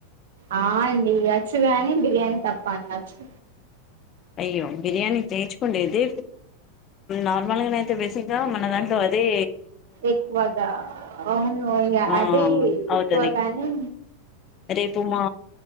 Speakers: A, on the right; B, on the left.
A: ఆ అండి వచ్చుగాని బిర్యానీ తప్ప అన్నీ వచ్చు
B: అయ్యో బిర్యానీ నేర్చుకోండేది నార్మల్గా అయితే బేసిక్గా మన దాంట్లో అదే
A: ఎక్కువగా అవును
B: ఆ
A: అది
B: అవుతది
A: ఎక్కువగాని
B: రేపు మా